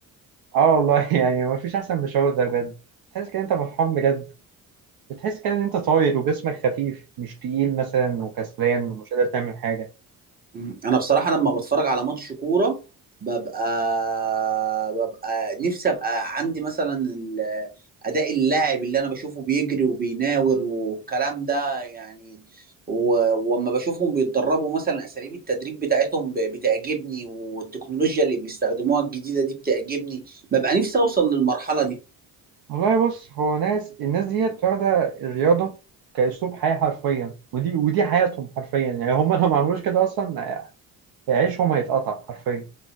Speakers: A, on the right (about 55°); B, on the right (about 20°).
A: اه والله <laughs> يعني مفيش احسن من الشعور ده بجد تحس كده انت فرحان بجد بتحس كده ان انت طاير وجسمك خفيف مش تقيل مثلا وكسلان ومش قادر تعمل حاجه
B: مم. انا بصراحه لما بتفرج على ماتش كوره ببقى ببقى نفسي ابقى عندي مثلا ال- اداء اللاعب اللي انا بشوفه بيجري وبيناور والكلام ده يعني و- وأما بشوفهم بيتدربوا مثلا اساليب التدريب بتاعتهم ب- بتعجبني والتكنولوجيا اللي بيستخدموها الجديده دي بتعجبني ببقى نفسي اوصل للمرحله دي
A: والله بص هو ناس الناس ديت واخده الرياضه كاسلوب حياه حرفيا ودي ودي حياتهم حرفيا يعني هم لو ما عملوش كده اصلا عيشهم هيتقطع حرفيا